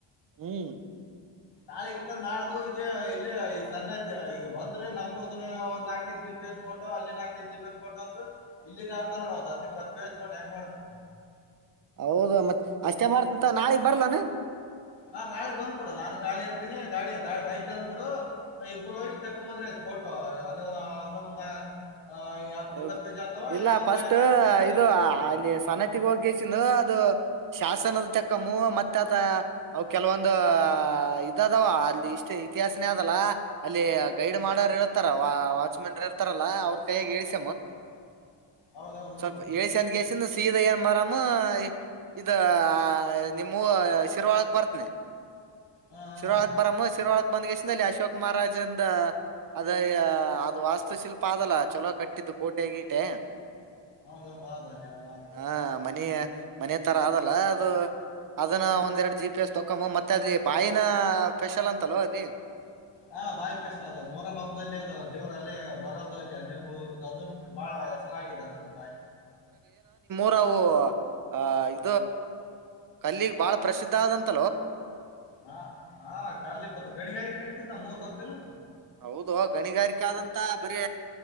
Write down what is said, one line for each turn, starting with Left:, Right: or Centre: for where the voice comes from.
Right: ಹ್ಮ್
Left: ನಾಳೆ ಇಲ್ಲ ನಾಳಿದ್ದು ಇಲ್ಲೇ ಸಾನ್ನತಿ ಈಗ ಬಂದ್ರೆ ನಮ್ಮೂರದುನು ನಾಲ್ಕೈದು ಜಿ ಪಿ ಎಸ್ ಫೋಟೋ ಅಲ್ಲಿ ನಾಲ್ಕೈದು ಜಿ ಪಿ ಎಸ್ ಫೋಟೋ ಅಂದ್ರೆ ಇಲ್ಲಿಗೆ ಆತ ನೋಡ ಒಂದ್ ಹತ್ತು ಇಪ್ಪತ್ತು ಪೇಜ್ ನೋಡು ಹೆಂಗ ಮಾಡ್ತಿ
Right: ಹೌದ ಮತ್ತ ಅಷ್ಟೇ ಮಾಡ್ತೀನಿ ತಗೋ ನಾಳಿದ್ದು ಬರಲೇನು
Left: ಹಾ ನಾಳೆಗ್ ಬಂದ್ಬಿಡು ನಾನು ಖಾಲಿ ಇರ್ತೀನಿ ಗಾಳಿ ದೈ ತ ಅಂದ್ಬಿಡು ಇಬ್ರು ಹೋಗಿ ತಕೊ ಬಂದ್ರೆ ಫೋಟೋ ಅದು ಅದ್ರ ಒಂದ ಆ, ಈ ಹತ್ತು
Right: ಹೌದ
Left: ಇಪ್ಪತ್ತು ಪೇಜ್ ಆಗ್ತಾವ
Right: ಇಲ್ಲ
Left: ಇನ್ನೊಂದು
Right: ಫಸ್ಟ್
Left: ನಾಲ್ಕೈದು ಫೋಟೋ ಎಲ್ಲ
Right: ಇದು
Left: ತಕ್ಕಂತ
Right: ಅಲ್ಲಿ ಸನತಿಗ್ ಹೋಗಿ ಎಂದು ಅದು ಶಾಸನದ ಚಕ್ಕಮು ಮತ್ತೆ ಆತ ಅವ ಕೆಲವೊಂದು ಇದದವ ಅಲ್ಲಿ ಇಷ್ಟ ಇತಿಹಾಸನೇ ಅದಲ್ಲ ಅಲ್ಲಿ ಗೈಡ್ ಮಾಡೋರ್ ಇರ್ತಾರ ವ ವಾಚ್ಮೆನ್ ಇರ್ತಾರಲ್ಲಾ ಅವ್ರ ಕೈಯಾಗ ಹೇಳಸ ಾ <inaudible>
Left: ಹೌದೌದು ಹೌದು
Right: ಸ್ವಲ್ಪ ಏಳ್ಸನ್ಗೆಸ ಸೀದ ಏನ್ ಬರಾಮ ಇದ ನಿಮ್ಮೂ ಶಿರ್ವಾಳಗ್ ಬರ್ತನಿ
Left: ಹಾ ಹಾ
Right: ಶಿರವಾಳಕ್ ಬರಮ್ಮ ಶಿರಾಳಕ್ ಬಂದ ಕೆಷ್ಟಲ್ಲಿ ಅಶೋಕ ಮಹಾರಾಜ್ ಅಂದ ಅದ ಅದ್ ವಾಸ್ತು ಶಿಲ್ಪ ಅದಲ್ಲ ಚಲೋ ಕಟ್ಟಿದ್ದು ಕೋಟೆ ಗೀಟೆ
Left: ಹೌದೌದು ಹೌದು ಅಲ್ಲಿ ಎಲ್ಲ
Right: ಹಾ ಮನೆಯ ಮನೆ ತರ ಆದದಲ್ಲ ಅದು ಅದನ್ನ ಒಂದೆರಡು ಜಿ ಪಿ ಎಸ್ ತೊಕೊು ಮತ್ತೆ ಅದ್ ಬಾಯಿನ ಸ್ಪೆಷಲ್ ಅಂತಲ್ವ ಅಲ್ಲಿ
Left: ಹಾ ಬಾಯಿ ಸ್ಪೆಷಲ್ ಅದ ಮರ ಹಬ್ಬದಲ್ಲಿ ಅದ ದೇವ್ರ ಅಲ್ಲೇ ಬರೋದು ಅಲ್ಲಿ ಅಲ್ಲೇ ಮುಳುವುದು ಅದ ಬಾಳ ಹೆಸರಾಗಿದೆ ಅದನ್ನು ಬಾಯ
Right: ಇ ಕಲ್ಲಿ ಬಾಳ ಪ್ರಸಿದ್ಧ ಆದಂತ
Left: ಹಾ ಹಾ ಕಲ್ಲ ಇ ಬ ಗಣಿಗಾರಿಕೆ ನಡತಿದ್ದ ನ ಮೂರ್ ಗೊತ್ತಲ್ಲ
Right: ಹೌದು ಗಣಿಗಾರಿಕೆ ಆದಂತ ಬರೀ